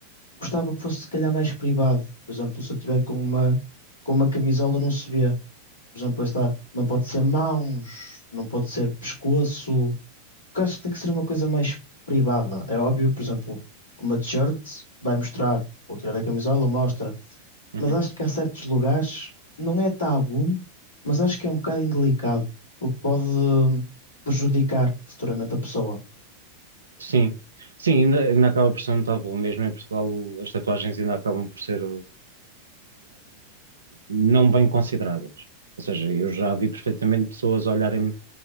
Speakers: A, on the left; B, on the right.
A: gostava que fosse se calhar mais privado, por exemplo, se eu tiver com uma, com uma camisola não se vê. Por exemplo, lá está, não pode ser mãos, não pode ser pescoço. Porque acho que tem que ser uma coisa mais privada. É óbvio, por exemplo, uma t-shirt vai mostrar, ou tirar a camisola mostra.
B: uhum.
A: Mas acho que há certos lugares, não é tabu, mas acho que é um bocado indelicado, porque pode hum, prejudicar futuramente a pessoa.
B: Sim, sim, ainda, ainda acaba por ser um tabu, mesmo em Portugal o- as tatuagens ainda acabam por ser um, não bem consideradas. Ou seja, eu já vi perfeitamente pessoas olharem,